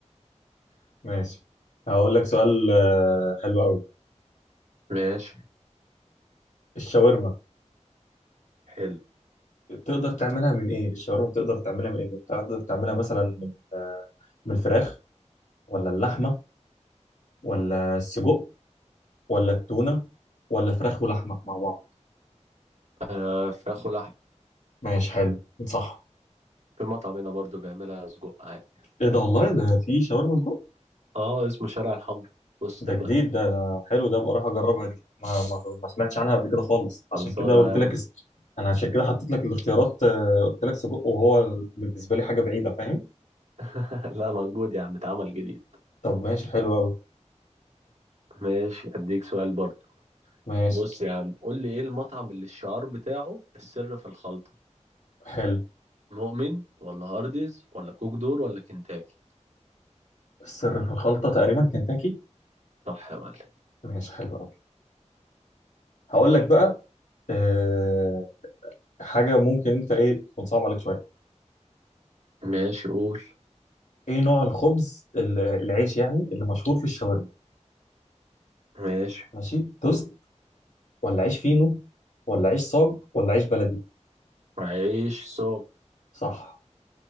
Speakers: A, on the left; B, on the right.
A: <laughs> ماشي هقول لك سؤال آه، حلو قوي
B: ماشي
A: الشاورما
B: حلو
A: تقدر تعملها من ايه الشاورما بتقدر تعملها من ايه بتقدر تعملها مثلا من آه، من الفراخ ولا اللحمه ولا السجق ولا التونه ولا فراخ ولحمه مع بعض
B: آه فراخ ولحم
A: ماشي حلو صح
B: في مطعم هنا برضه بيعملها سجق عادي
A: ايه ده والله ده في شاورما سجق
B: اه اسمه شارع الحمر في وسط
A: ده
B: البلد
A: جديد ده ده حلو ده بقى راح اجربها دي ما ما, ما سمعتش عنها قبل كده خالص عشان
B: خلصانة
A: كده قلت
B: يا عم
A: لك اس... انا عشان كده حطيت لك الاختيارات آه، قلت لك سجق وهو بالنسبه لي حاجه بعيده فاهم
B: <laughs> لا موجود يا عم اتعمل جديد
A: طب ماشي حلو قوي
B: ماشي اديك سؤال برضه
A: ماشي
B: بص يا عم قول لي ايه المطعم اللي الشعار بتاعه السر في الخلطة
A: حلو
B: مؤمن ولا هارديز ولا كوك دور ولا كنتاكي
A: السر في الخلطه تقريبا كنتاكي
B: صح يا معلم
A: ماشي حلو قوي هقول لك بقى أه... حاجه ممكن انت ايه تكون صعبه عليك شويه
B: ماشي قول
A: ايه نوع الخبز ال- العيش يعني اللي مشهور في الشاورما
B: ماشي
A: ماشي توست ولا عيش فينو ولا عيش صاج ولا عيش بلدي
B: عيش سوق
A: صح